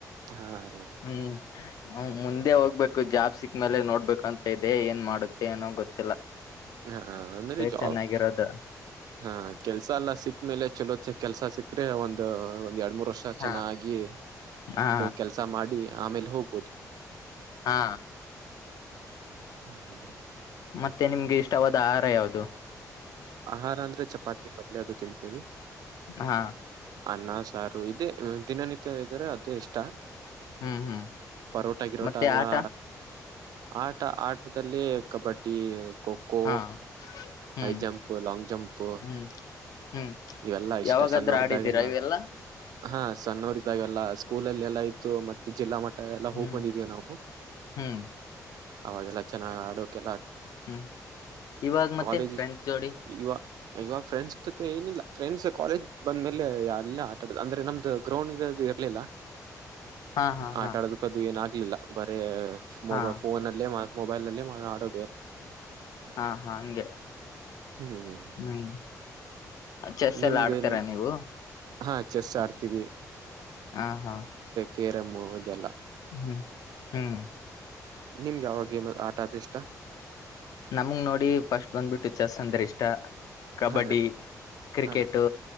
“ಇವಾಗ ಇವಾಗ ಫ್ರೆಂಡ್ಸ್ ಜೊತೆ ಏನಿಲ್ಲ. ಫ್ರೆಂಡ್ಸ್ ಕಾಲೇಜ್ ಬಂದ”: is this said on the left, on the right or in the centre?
Right